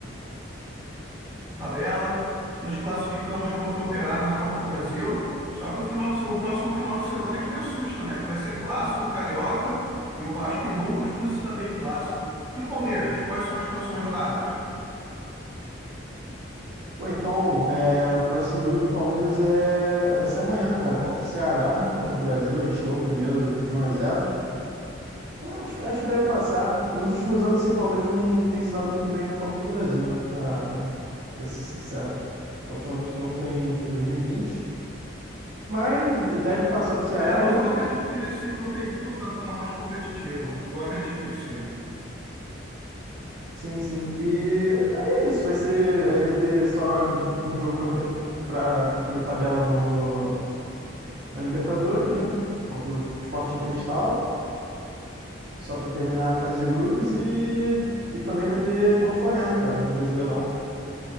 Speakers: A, on the right; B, on the right.
A: tabela. Nos classificamos contra o Operário na Copa do Brasil. Só que o final de se- o próximo final de semana é que me assusta, né? Que vai ser clássico carioca e o Vasco ele não costuma se dar bem em clássico. E o Palmeiras, quais são as próximas rodadas?
B: Bom, então, é, o próximo jogo do Palmeiras é, vai ser amanhã, cara, contra o Ceará na Copa do Brasil. A gente ganhou o primeiro de um a zero. Então, acho, que- acho que deve passar. Nos últimos anos, sim, o Palmeiras não tem se dado muito bem na Copa do Brasil, né? Pra, pra ser sincero. A última vez que ganhou foi em, foi em 2020. Mas deve passar do Ceará
A: É, mas
B: e depois.
A: eu acredito que nesse ano tem tudo para ficar mais competitivo. Eu acredito que sim.
B: Sim, sim. E aí é isso, vai ser. Aí vai ter só um jogo pra cumprir, pra cumprir tabela no, na Libertadores, né? Contra o Sporting Cristal. Só pra terminar a fase de grupos e, e também vai ter contra o Flamengo, cara, no Brasileirão.